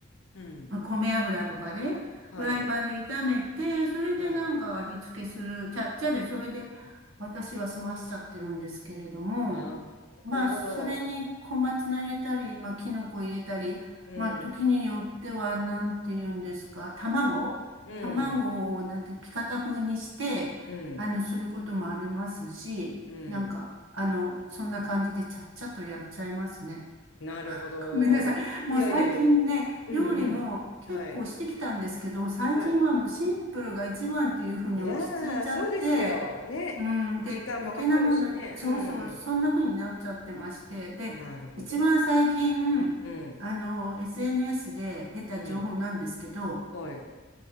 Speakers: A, on the left; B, on the right.
A: うん。
B: まあ米油とかで、
A: はい。
B: フライパンで炒めて、それでなんか味付けする、
A: はい。
B: ちゃっちゃで、それで私は済ましちゃってるんですけれども、
A: ああ、な
B: まあ、
A: るほど。
B: それに小松菜入れたり、まあ、キノコ入れたり、
A: うん、
B: まあ、時によっては、なんて言うんですか、卵卵を、
A: うん、
B: なんて、ピカタ風にして、
A: うん、
B: あの、することもありますし、
A: うん。
B: なんか、あの、そんな感じでちゃっちゃとやっちゃいますね。
A: なるほど。
B: ごめんなさい。もう最近ね、
A: いやいやいや、うん、
B: 料理も結構してきたんですけど、
A: うん。はい、
B: 最近はもうシンプルが一番っていうふうに落ち着いちゃって、
A: はい。いやー、そうですよ。ね。
B: うん、
A: 時間もかかるしね。
B: で、余計なもの、そうそう、そんな風になっちゃってまして、で、
A: うん。なるほど。
B: 一番最近、
A: うん、
B: あの、SNS で得た情報なんですけど、
A: うん。はい。